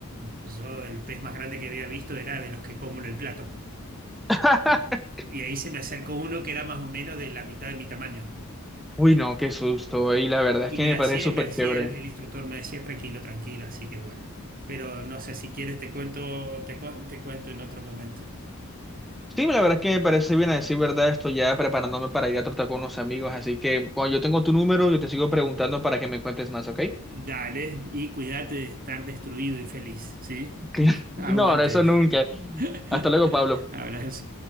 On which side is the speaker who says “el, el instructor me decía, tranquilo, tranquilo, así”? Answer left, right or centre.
Right